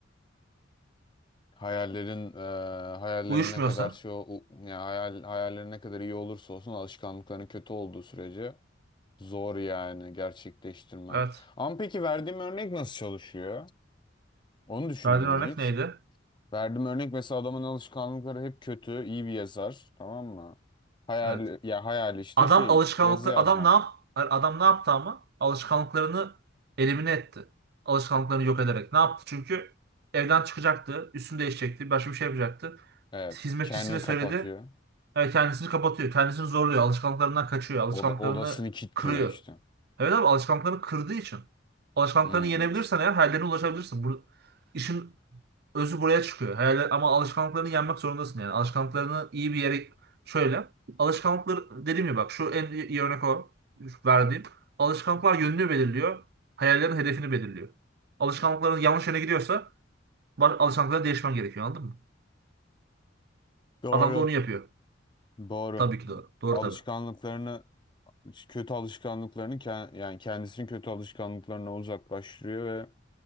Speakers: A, on the left; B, on the right.
A: Hayallerin e, hayallerin
B: Uyuşmuyorsa.
A: ne kadar şey ol- u- ya hayal hayallerin ne kadar iyi olursa olsun alışkanlıkların kötü olduğu sürece zor yani gerçekleştirmen.
B: Evet.
A: Ama peki verdiğim örnek nasıl çalışıyor? Onu düşündün
B: Verdiğin
A: mü
B: örnek
A: hiç?
B: neydi?
A: Verdiğim örnek mesela adamın alışkanlıkları hep kötü, iyi bir yazar, tamam mı? Hayal
B: Evet.
A: ya hayal işte
B: Adam
A: şey
B: alışkanlıklı
A: yazı yazmak.
B: adam ne yap er, adam ne yaptı ama alışkanlıklarını elimine etti. Alışkanlıklarını yok ederek. Ne yaptı? Çünkü evden çıkacaktı, üstünü değişecekti, başka bir şey yapacaktı.
A: Evet,
B: Hizmetçisine
A: kendini
B: söyledi.
A: kapatıyor.
B: E, kendisini kapatıyor, kendisini zorluyor, alışkanlıklarından kaçıyor, alışkanlıklarını
A: Oda, odasını kilitliyor
B: kırıyor.
A: işte.
B: Evet abi alışkanlıklarını kırdığı için. Alışkanlıklarını
A: Hmm.
B: yenebilirsen eğer hayallerine ulaşabilirsin. Bu, işin özü buraya çıkıyor. Hayaller, ama alışkanlıklarını yenmek zorundasın yani. Alışkanlıklarını iyi bir yere şöyle. alışkanlıklar dediğim gibi bak şu en iyi iyi örnek o verdiğim. Alışkanlıklar yönünü belirliyor. Hayallerin hedefini belirliyor. Alışkanlıkların yanlış yöne gidiyorsa baş, alışkanlıkları değişmen gerekiyor anladın mı?
A: Doğru.
B: Adam da onu yapıyor.
A: Doğru.
B: Tabii ki doğru. Doğru
A: Alışkanlıklarını
B: tabii.
A: kötü alışkanlıklarını ke- yani kendisini kötü alışkanlıklarına uzaklaştırıyor ve